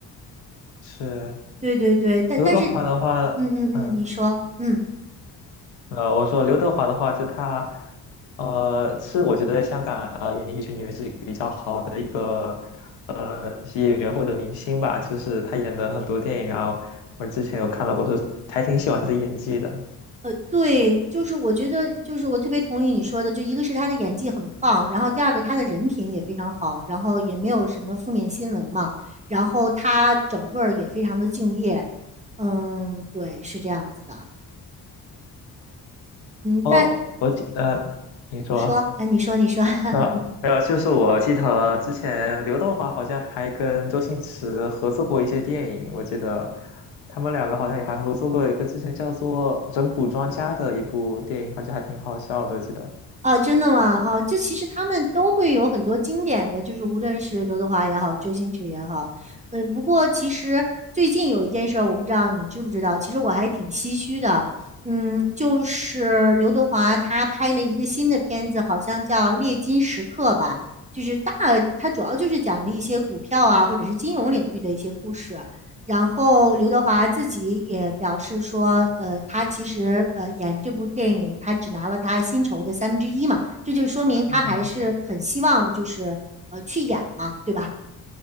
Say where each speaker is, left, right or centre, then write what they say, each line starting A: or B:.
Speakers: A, on the left; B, on the right.
A: 是
B: 对对对，但但是，
A: 刘德华的话。
B: 嗯嗯嗯，
A: 嗯。
B: 嗯你说，嗯。
A: 呃，我说刘德华的话，就他，呃，是我觉得在香港呃演艺圈里面是比较好的一个呃演员或者明星吧，就是他演的很多电影啊，我之前有看到过，说还挺喜欢他的演技的。
B: 呃，对，就是我觉得，就是我特别同意你说的，就一个是他的演技很棒，然后第二个他的人品也非常好，然后也没有什么负面新闻嘛，然后他整个儿也非常的敬业，嗯，对，是这样子的，
A: 哦，
B: 嗯，但
A: 我记呃，你说。
B: 你说，哎，你说，你说，<laughs>
A: 啊，还有就是我记得之前刘德华好像还跟周星驰合作过一些电影，我记得他们两个好像也还合作过一个之前叫做《整蛊专家》的一部电影，好像还挺好笑的，记得。
B: 啊，真的吗？啊，就其实他们都会有很多经典的，就是无论是刘德华也好，周星驰也好，呃，不过其实最近有一件事儿，我不知道你知不知道，其实我还挺唏嘘的，嗯，就是刘德华他拍了一个新的片子，好像叫《猎金时刻》吧，就是大，他主要就是讲的一些股票啊，或者是金融领域的一些故事。然后刘德华自己也表示说，呃，他其实呃演这部电影，他只拿了他薪酬的三分之一嘛，这就说明他还是很希望就是呃去演嘛，
A: 啊，
B: 对吧？